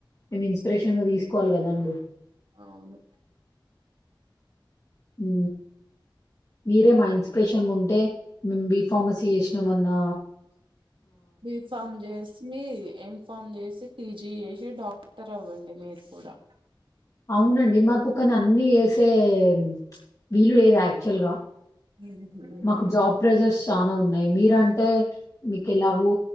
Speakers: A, on the left; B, on the right.
A: మేము ఇన్స్పిరేషన్గా తీసుకోవాలి కదాండి
B: అవును
A: ఊ మీరే మా ఇన్స్పిరేషన్గ ఉంటే మేం బి ఫార్మసీ చేసినామన్నా
B: బి ఫామ్ చేసి ఎం ఫామ్ చేసి పీజీ చేసి డాక్టర్ అవ్వండి మీరు కూడా
A: అవునండి మాకు కానీ అన్ని ఏసే ప్చ్ వీలు లేదు యాక్చుల్ గా
B: మ్మ్
A: మాకు జాబ్ ప్రెజర్స్ తనా ఉన్నాయి మీరంటే మిక్ ఎలాగూ